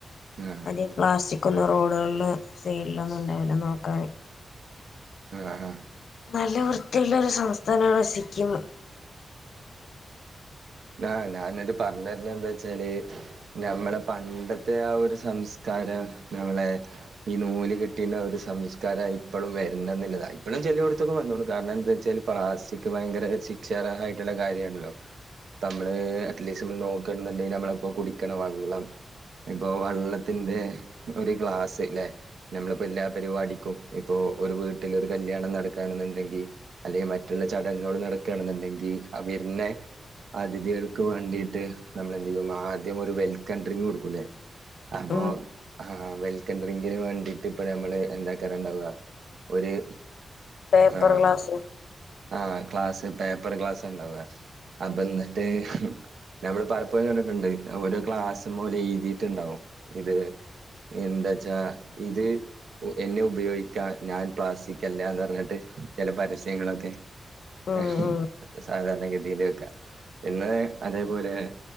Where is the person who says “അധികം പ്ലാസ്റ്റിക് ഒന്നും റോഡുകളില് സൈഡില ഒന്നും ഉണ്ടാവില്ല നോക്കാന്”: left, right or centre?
Left